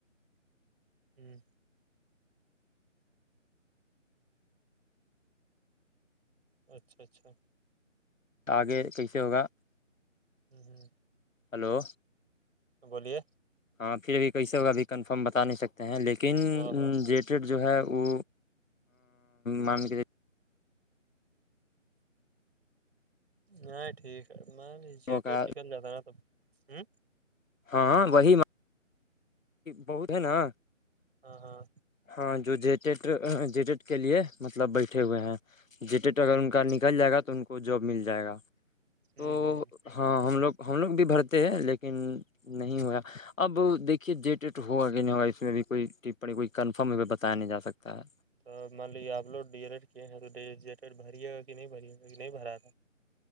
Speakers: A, on the right; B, on the left.
A: ہوں اچھا اچھا
B: آگے کیسے ہوگا
A: ہوں ہوں
B: ہلو
A: بولیے
B: ہاں پھر ا بھی کسے ہو بھی کنفرم بتا نہیں سکتے ہیں لیکنی
A: ہاں ہاں
B: جو ہے وہ مان کے
A: نہیں ٹھیک ہے میں
B: وہ کا
A: نکل جاتا نا
B: ہاں وہی میں بہت ہے نا
A: ہاں ہاں
B: ہاں جو جےٹیڈ جیٹیڈ کے لیے مطلب بیٹھے ہوئے ہیں جیٹیٹ اگر ان کا نکل جائے گا تو ان کو جاب مل جائے گا
A: ہوں
B: تو
A: ہوں
B: ہاں ہم لوگ ہم لوگ بھی بھرتے ہیں لیکن نہیں ہوا اب دیک کہ جی ٹ ہوگا کہ نہیں ہوگا اس میں بھی کوئی ٹپی کوئی کنفرم بتایا نہیں جا سکتا ہے
A: تو مان لی آپ لوڈ ڈیجیٹر کیے ہیں تو ڈیجیٹر بریے گا کہ نہیں بریے گا کہ نہیں بھرا تھاا